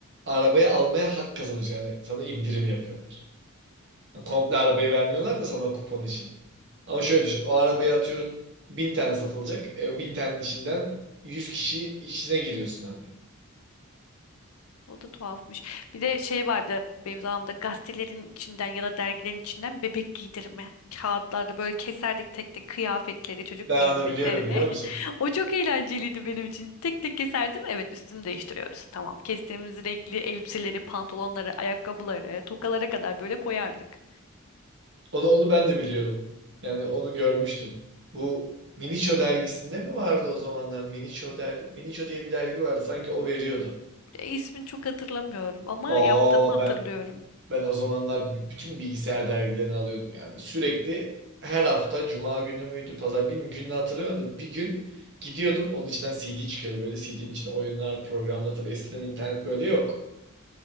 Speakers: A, on the right (about 55°); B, on the left (about 85°).
A: Arabayı
B: Hı
A: almaya hak kazanıyorsun. Yani sana indirim yapıyorlar. Yani komple arabayı vermiyorlar da sana o kupon için. Ama
B: hı.
A: şöyle düşün o arabayı atıyorum 1000 tane satılacak. E, o 1000 tanenin içinden 100 kişi içine giriyorsun hani.
B: O da tuhafmış. Bir de şey vardı benim zamanımda gazetelerin içinden ya da dergilerin içinden bebek giydirme. Kağıtlarda böyle keserdik tek tek kıyafetleri, çocuk
A: Ben
B: kıyafetlerini.
A: onu biliyorum biliyor musun?
B: <laughs> O çok eğlenceliydi benim için. Tek tek keserdim. Evet üstünü değiştiriyoruz. Tamam. Kestiğimiz renkli elbiseleri, pantolonları, ayakkabıları, tokalara kadar böyle koyardık.
A: Onu, onu ben de biliyorum. Yani onu görmüştüm. Bu Miniço dergisinde mi vardı o zamanlar? Miniço der Miniço diye bir dergi vardı. Sanki o veriyordu.
B: E, ismini çok hatırlamıyorum ama
A: Aa
B: yaptığımı hatırlıyorum.
A: ben ben o zamanlar b- bütün bilgisayar dergilerini alıyordum yani. Sürekli her hafta cuma günü müydü, pazar bilmiyorum gününü hatırlamıyordum. Bir gün gidiyordum onun içinden CD çıkıyordu böyle CD'nin içinde oyunlar, programlar tabii eskiden internet böyle yok.